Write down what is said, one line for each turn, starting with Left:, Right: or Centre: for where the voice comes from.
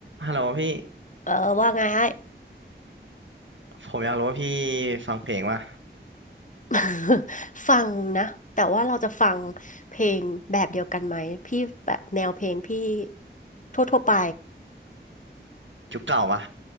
Right: ฮัลโหลพี่
Left: เออว่าไงไอ้
Right: ผมอยากรู้ว่าพี่ฟังเพลงป่ะ
Left: <laughs> ฟังนะแต่ว่าเราจะฟังเพลงแบบเดียวกันไหมพี่แบบแนวเพลงพี่ทั่วๆไป
Right: ยุคเก่าป่ะ